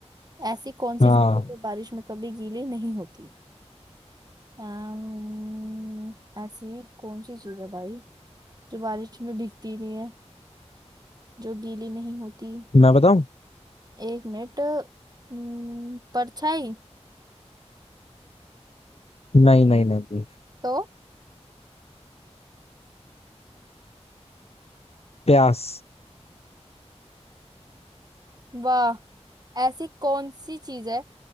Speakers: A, on the right (about 35°); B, on the left (about 60°).
A: ऐसी कौन सी
B: हाँ
A: चीजें जो बारिश में कभी गीली नहीं होती अम्म, ऐसी कौन सी चीज है भाई जो बारिश में भीगती नहीं है जो गीली नहीं होती
B: मैं बताऊं
A: एक मिनट अम्म, परछाई
B: नहीं नहीं नहीं
A: तो
B: प्यास
A: वाह ऐसी कौन सी चीज है